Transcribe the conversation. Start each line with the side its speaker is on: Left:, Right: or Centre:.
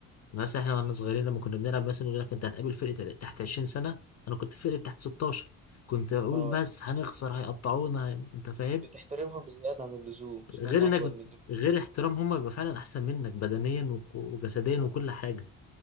Left: يعني مثلا احنا واحنا صغيرين لما كنا بنلعب مثلا يقول لك انت هتقابل فرقة تحت 20 سنة انا كنت في فرقة تحت 16 كنت اقول
Right: اه
Left: بس هنخسر هيقطعونا هي- انت فاهم
Right: بتحترمهم زيادة عن اللزوم عشان
Left: غير
Right: هم اكبر
Left: انك بت...
Right: منكم
Left: غير احترام هم بيبقى فعلا احسن منك بدنيا وك- وجسديا وكل حاجه